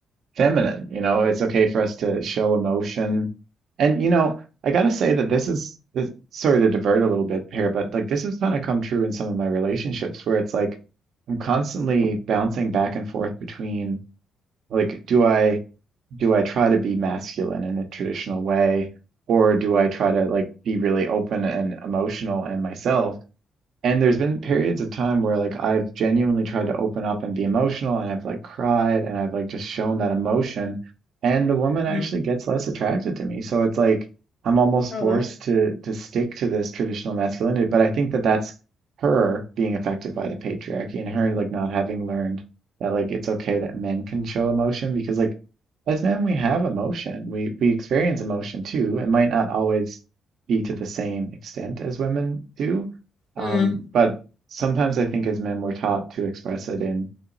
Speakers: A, on the right; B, on the left.
A: feminine you know it's okay for us to show emotion and you know I gotta say that this is this, sorry to divert a little bit here but like this has kind of come true in some of my relationships where it's like I'm constantly bouncing back and forth between like do I do I try to be masculine in a traditional way or do I try to like be really open and emotional and myself and there's been periods of time where like I've genuinely tried to open up and be emotional and I've like cried and I've like just shown that emotion and the woman actually
B: hmm
A: gets less attracted to me. So it's like I'm almost
B: Oh,
A: forced
B: wow.
A: to to stick to this traditional masculinity, but I think that that's her being affected by the patriarchy and her like not having learned that like it's okay that men can show emotion because like as men we have emotion. We we experience emotion too. It might not always be to the same extent as women do um,
B: hmm
A: but sometimes I think as men, we're taught to express it in